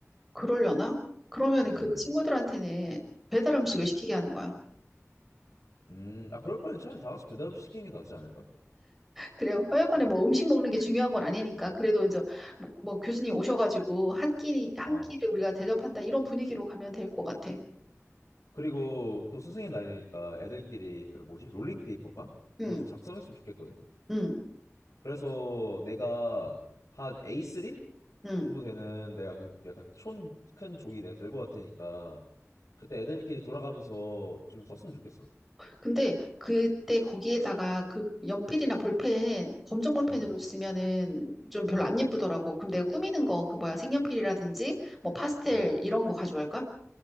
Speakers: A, in the centre; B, on the left (about 85°).
A: 그러려나? 그러면
B: 음,
A: 그 친구들한테는 배달 음식을
B: 음,
A: 시키게 하는 거야.
B: 음. 아, 그럴 바엔 차라리 다 같이 배달 음식 시키는 게 낫지 않을까?
A: 그래요. 하여간에
B: 어,
A: 뭐 음식 먹는 게 중요한 건 아니니까.
B: 어,
A: 그래도 이제 뭐, 뭐 교수님 오셔가지고 한 끼니, 한
B: 어.
A: 끼를 우리가 대접한다. 이런 분위기로 가면 될 것 같아.
B: 음. 그리고 또 스승의 날이니까 애들끼리 그 뭐지? 롤링페이퍼인가? 그거
A: 응,
B: 좀 작성했으면 좋겠거든?
A: 응,
B: 그래서 내가 한 A3
A: 응.
B: 정도 되는 내가 그 약간 촌큰 종이 내가 들고 갈 테니까 그때 애들끼리 돌아가면서 좀 썼으면 좋겠어.
A: 근데 그때 거기에다가 그 연필이나 볼펜, 검정 볼펜으로
B: 응,
A: 쓰면은 좀 별로
B: 응,
A: 안 예쁘더라고. 그럼 내가 꾸미는 거, 그 뭐야, 색연필이라든지 뭐 파스텔
B: 응.
A: 이런 거 가져갈까?